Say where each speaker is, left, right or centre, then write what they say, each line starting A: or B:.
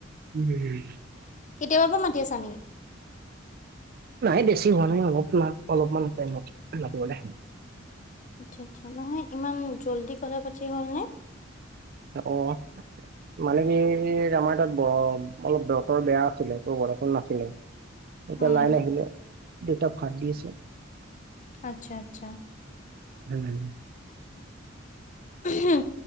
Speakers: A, on the right; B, on the left.
A: উমহ।
B: কেতিয়াবাৰ পৰা মাতি আছা এনেই।
A: নাই বেছি হোৱা নাই অলপমান অলপমান টাইমত, লাগিব দে
B: আচ্ছা আচ্ছা, নহয় ইমান জল্দি কথা পাতি হ'ল নে?
A: অহ। মানে কি আমাৰ তাত ব অলপ বতৰ বেয়া আছিলে ত বৰষুণ নাছিলে এতিয়া
B: উম,
A: লাইন আহিলে দেউতাক ভাত দি আছে
B: আচ্ছা আচ্ছা।
A: হুম
B: উমহ